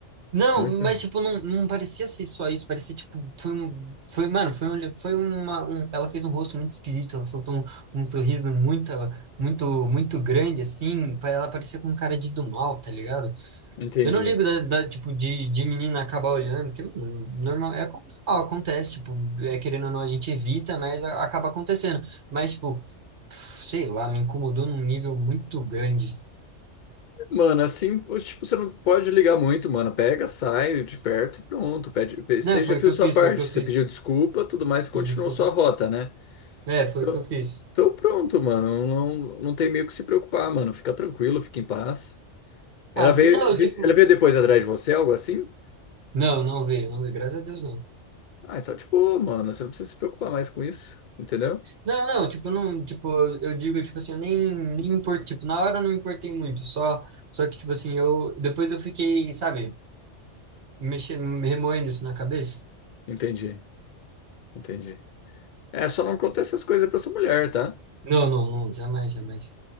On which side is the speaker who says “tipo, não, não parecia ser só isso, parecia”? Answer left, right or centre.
Right